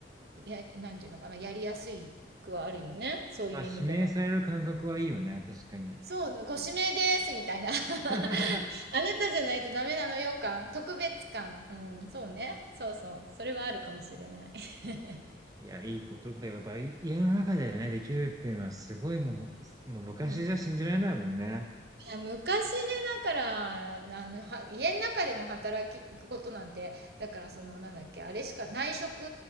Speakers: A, on the right (about 55°); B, on the right (about 20°).
A: う、や、なんていうのかな、やりやすくはあるよね。そういう意味では。
B: まあ、指名される感覚はいいよね、確かに。
A: そう、ご指名です、みたいな。<laughs> あ
B: <laughs>
A: なたじゃないとダメなのよ感、特別感。うん、そうね。そうそう。それはあるかもしれない。<laughs>
B: いや、いいことだよ。やっぱい家の中でね、できるっていうのはすごいもう、すもう昔じゃ信じられないもんね。
A: うん、いや昔ね、だから、あの、は、家の中での働き、ことなんて、だからその、なんだっけ、あれしか、内職